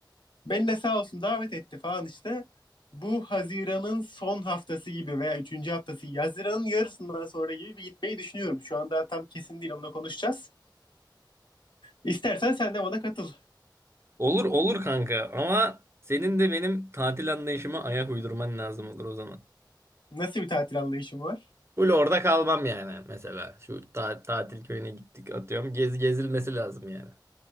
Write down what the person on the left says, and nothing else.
Beni de sağ olsun davet etti falan işte. Bu Haziran'ın son haftası gibi veya üçüncü haftası gibi, Haziran'ın yarısından sonra gibi bir gitmeyi düşünüyorum. Şu an daha tam kesin değil onunla konuşacağız. İstersen sen de bana katıl.
Nasıl bir tatil anlayışın var?